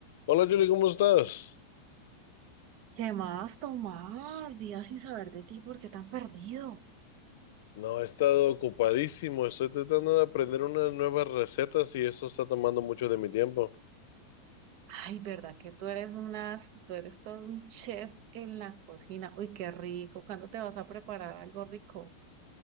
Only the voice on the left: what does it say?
Hola Julie, ¿cómo estás?
No, he estado ocupadísimo, estoy tratando de aprender unas nuevas recetas y eso está tomando mucho de mi tiempo.